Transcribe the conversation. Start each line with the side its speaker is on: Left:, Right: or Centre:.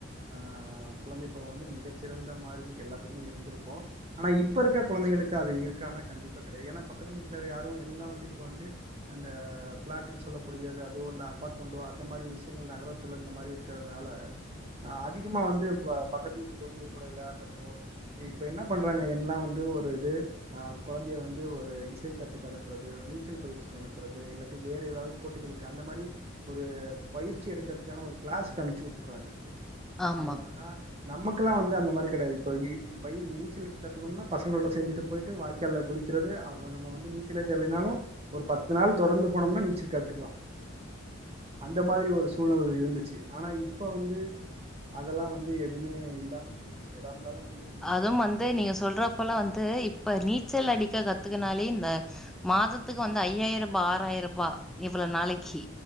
Right: அ குழந்தைப் பருவ வந்து மிகச்சிறந்த மாரி எல்லாத்துக்குமே இருந்திருப்போ ஆனா இப்ப இருக்க குழந்தைங்களுக்கு அது இருக்கான்னா கண்டிப்பா கெடையா ஏன்னா பக்கத்து வீட்ல யாரு எல்லா வந்து இப்ப வந்து அந்த ஃபிளாட்டுன் சொல்லக்க கூடியது அதுவோ இல்ல அப்பார்ட்மெண்ட்டோ அந்த மாரி விஷ்யங்கள் நகரத்துல இந்த மாரி இருக் ட்டதுனால அதிகமா வந்து வ பக்கத்து வீட்டு குழந்தைக் கூட விளையாட்றத் தோ இப்ப என்ன பண்றாங்க எல்லா வந்து ஒரு இது ஆ குழந்தைய வந்து ஒரு இசை கத்துக்க அனுப்புறது நீச்சல் பயிற்சி அனுப்புறது இல்லாட்டி வேற ஏதாவது போட்டிகளுக் அந்த மாரி ஒரு பயிற்சி எடுக்கறதுக்கான ஒரு க்ளாஸ்க்கு அனுப்ச்சுட்டுறாங்க
Centre: ஆமா
Right: ஆ நமக்கல்லா வந்து அந்த மாரி கெடையாது ப யி இந்த <unintelligible> நீச்சல் கத்துக்கணுனா பசங்களோ சேந்துட்டு போயிட்டு வாய்க்கால்ல குளிக்கிறது அவ நம்ம வந்து நீச்சலே தெரிலனாலு ஒரு பத்து நாள் தொடர்ந்து போனம்னா நீச்சல் கத்துக்கலா அந்த மாரி ஒரு சூழ்நிலை இருந்துச்சு ஆனா இப்ப வந்த அதெல்லா வந்து எதுவுமே இல்லாம போயிட்ச்சு எதா இருந்தாலு வந்து நம்ம
Centre: அதும் வந்து நீங்க சொல்றப்பலா வந்து இப்ப நீச்சல் அடிக்க கத்துக்கனாலே இந்த மாதத்துக்கு வந்து ஐயாயிர ரூபா ஆறாயிர ரூபா இவ்ளோ நாளைக்கி